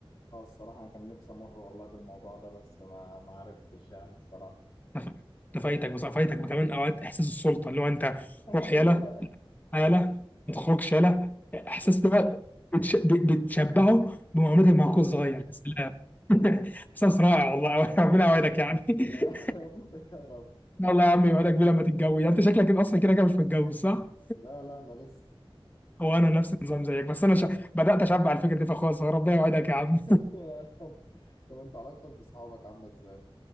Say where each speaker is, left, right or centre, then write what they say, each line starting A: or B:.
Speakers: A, on the left; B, on the left.
A: اه الصراحه أنا كان نفسي امر والله بالموضوع ده بس ما ما عرفتش يعني الصراحه
B: نف- نفايتك بس فايتك كمان اوقات احساس السلطه اللي هو انت
A: <laughs>
B: روح يلا
A: ايوه
B: هاله ما تخرجش هاله احساس ده
A: <laughs>
B: بقى بتش... ب- بتشبعه بمعاملتك مع اخوك الصغير يا سلام <laughs> احساس رائع والله <laughs> ربنا يوعدك يعني
A: يا
B: <laughs>
A: رب يا رب
B: إن الله يا عم يوعدك بيه لما تتجوز يعني انت شكلك كده اصلا كده كده مش متجوز صح؟
A: لا لا انا لسه
B: هو انا نفس النظام زيك بس انا ش... بدات اشبع الفكره دي في اخويا الصغير ربنا يوعدك يا عم
A: <laughs> يا رب طب انت علاقتك بصحابك عامله ازاي؟